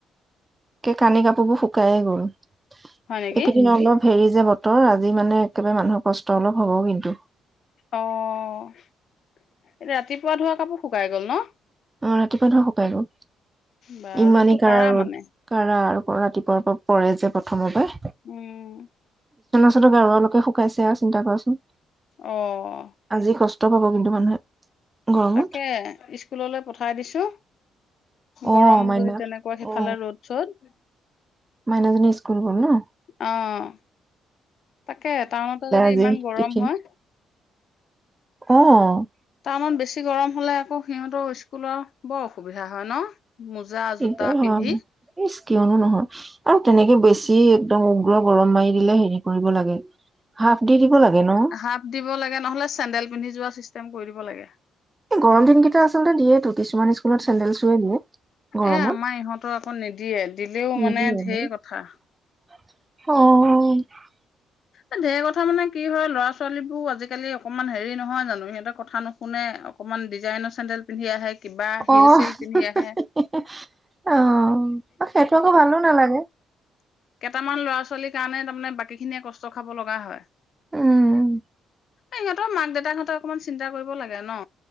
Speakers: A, on the right (about 20°); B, on the left (about 60°).
A: কানি-কাপোৰবোৰ শুকাই গ'ল। এইকেইদিন
B: হয় নেকি?
A: অলপ হেৰিযে বতৰ। অহ আজি মানে একেবাৰে মানুহৰ কষ্ট অলপ হ'ব কিন্তু।
B: অ' এতিয়া ৰাতিপুৱা ধোৱা কাপোৰ শুকাই গল নহ।
A: অ' ৰাতিপুৱাবোৰ শুকাই গ'ল।
B: বাঁহ
A: ইমানেই
B: ৰ'দটো
A: কাৰা
B: কাঢ়া
A: ৰ'দ
B: মানে।
A: কাৰা আৰু ৰাতিপুৱাৰ পৰা পৰে যে প্ৰথমৰ পৰা।
B: উম।
A: শুকাইছে আৰু চিন্তা কৰাচোন।
B: অহ।
A: আজি কষ্ট পাব কিন্তু মানুহে। গৰমত
B: তাকে স্কুললৈ পঠাই। খাই দিছোঁ।
A: অ
B: গৰম
A: মাইনা
B: যদি তেনেকুৱা সিফালে
A: অ
B: ৰ'দ চ'দ।
A: মাইনাজনী স্কুল গ'ল নহ?
B: অ', তাকে টাউনটো যদি
A: আজি
B: ইমান গৰম
A: টিফিন
B: হয়।
A: অ'।
B: টাউনত বেছি গৰম হ'লে আকৌ সিহঁতৰ স্কুলৰ বৰঅসুবিধা হয় নহ। মোজা-জোতা
A: দিগদাৰ
B: পিন্ধি।
A: হয়, ইচ কিয়নো নহয় আৰু তেনেকে বেছি একদম উগ্ৰ গৰম মাৰি দিলে হেৰি কৰিব লাগে। হাফ দি দিব লাগে ন
B: হাফ দিব লাগে নহলে চেন্দেল পিন্ধি যোৱা চি। কৰি দিব লাগে।
A: এই গৰম দিনকেইটা আচলতে দিয়েতো কিছুমান স্কুলত চেণ্ডেল চুৱে দিয়ে। গৰমত
B: এ আমাৰ ইহঁতৰ আকৌ নিদিয়ে দিলেও
A: নিদিয়ে
B: মানে ধেই
A: বাৰু
B: কথা।
A: অ'।
B: এ ঢেৰ কথা মানে কি হয় ল'ৰা ছোৱালী বোৰ আজিকালি অকনমান হেৰি নহয় জানো, সিহঁতেৰ কথা নুশুনে অকনমান ডিজাইনৰ চেণ্ডেল পিন্ধি আহে কিবা হিল
A: অ'
B: চিল
A: সে
B: পিন্ধি আহে
A: অ সেইটো আকৌ ভালো নালাগে।
B: কেটামান ল'ৰা ছোৱালীৰ কাৰণে তাৰমানে বাকীখিনিয়ে কষ্ট খাব লগা হয়।
A: উম
B: ইহঁতৰ মাক দেউতাক হতে অকমান চিন্তা কৰিব লাগে ন।